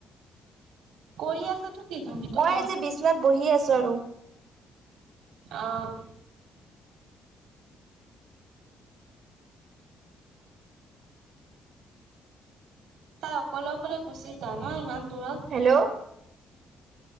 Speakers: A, on the right; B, on the right.
A: কৰি আছোঁ তো
B: মই এই যে বিচনাত বহি আছো আৰু
A: অঁ তাই অকলে অকলে গুচি যায় ন ইমান দূৰত
B: হেল্ল'